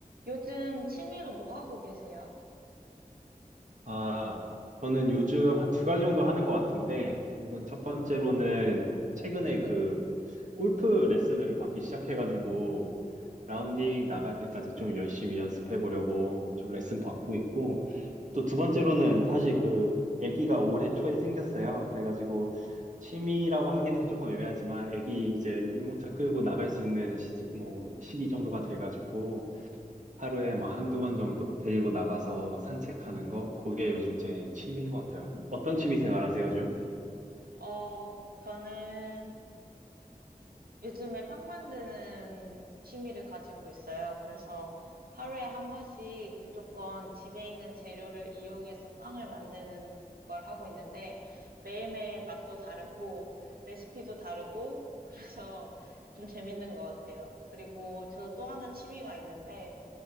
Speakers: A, on the right; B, on the right.
A: 요즘 취미로 뭐 하고 계세요?
B: 아, 저는 요즘 한 두 가지 정도 하는 것 같은데, 우선 첫 번째로는 최근에 그 골프 레슨을 받기 시작해가지고, 라운딩 나갈 때까지 좀 열심히 연습해 보려고 좀 레슨 받고 있고, 또 두 번째로는 사실 그 아기가 올해 초에 생겼어요. 그래가지고 취미라고 하기는 조금 애매하지만 아기 이제 유모차 끌고 나갈 수 있는 시기, 뭐 시기 정도가 돼가지고 하루에 뭐 한두 번 정도 데리고 나가서 산책하는 거, 그게 요즘 제 취미인 것 같아요. 어떤 취미 생활 하세요, 요즘?
A: 어, 저는 요즘에 빵 만드는 취미를 가지고 있어요. 그래서 하루에 한 번씩 무조건 집에 있는 재료를 이용해서 빵을 만드는 걸 하고 있는데 매일매일 맛도 다르고 레시피도 다르고 그래서 좀 재밌는 것 같아요. 그리고 저도 또 하나 취미가 있는데,